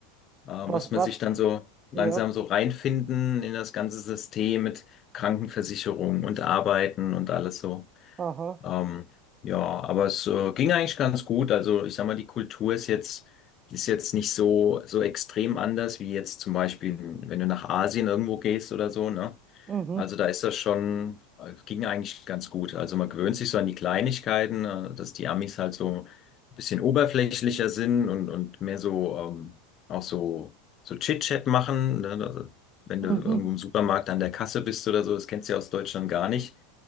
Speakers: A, on the left; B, on the right.
A: Äh,
B: Was,
A: muss man
B: was?
A: sich dann so langsam
B: Ja,
A: so reinfinden in das ganze System mit Krankenversicherung und Arbeiten und alles so.
B: aha.
A: Ähm, ja, aber es äh, ging eigentlich ganz gut. Also ich sag mal, die Kultur ist jetzt, ist jetzt nicht so, so extrem anders wie jetzt zum Beispiel, wenn du nach Asien irgendwo gehst oder so, ne?
B: Mhm.
A: Also da ist das schon, äh, ging eigentlich ganz gut. Also man gewöhnt sich so an die Kleinigkeiten, äh, dass die Amis halt so ein bisschen oberflächlicher sind und, und mehr so ähm, auch so, so Chit-Chat machen. Ne? Also, wenn
B: Mhm.
A: du irgendwo im Supermarkt an der Kasse bist oder so, das kennst du ja aus Deutschland gar nicht.